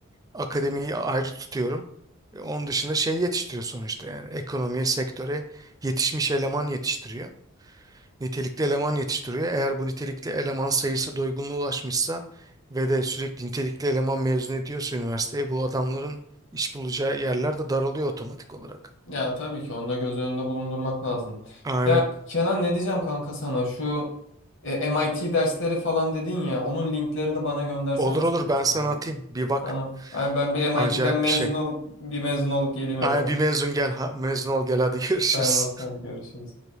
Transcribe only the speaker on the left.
Ya tabii ki onu da göz önünde bulundurmak lazım.
Ya Kenan ne diyeceğim kanka sana şu e, MIT dersleri falan dedin ya onun linklerini bana göndersene
sana
Samet.
Tamam. Ay, Ben bir MIT'den
mezun olup
bir mezun olup geleyim
MIT.
Tamam hadi görüşürüz.